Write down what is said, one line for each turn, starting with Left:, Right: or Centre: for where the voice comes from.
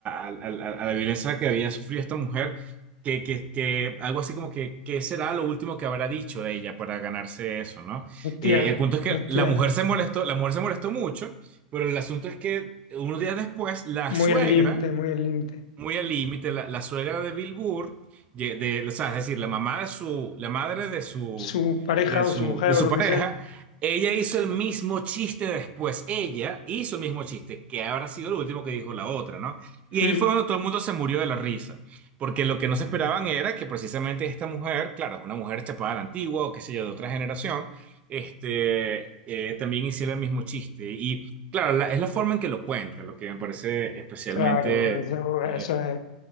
Right: a- a- a- a la violencia que había sufrido esta mujer, que, que, que algo así como que, que será lo último que habrá dicho de ella para ganarse eso, ¿no?
Left: Hostia,
Right: Eh, el punto es que
Left: hostia.
Right: la mujer se molestó, la mujer se molestó mucho, pero el asunto es que unos días después, la
Left: Muy
Right: suegra
Left: al límite, muy al límite.
Right: muy al límite, la, la suegra de Bill Burr, ye- de, o sea, es decir, la mamá de su, la madre de su,
Left: Su pareja
Right: de su,
Left: o su mujer
Right: de
Left: o
Right: su
Left: lo
Right: pareja,
Left: que sea.
Right: ella hizo el mismo chiste después. Ella hizo el mismo chiste, que habrá sido lo último que dijo la otra, ¿no? Y
Left: Mm,
Right: ahí fue cuando todo el mundo se murió de la risa. Porque lo que no se esperaban era que precisamente esta mujer, claro, una mujer chapada a la antigua o qué sé yo, de otra generación, este, eh, también hiciera el mismo chiste. Y claro, la- es la forma en que lo cuenta, lo que me parece especialmente
Left: Claro, eso, eso
Right: eh,
Left: es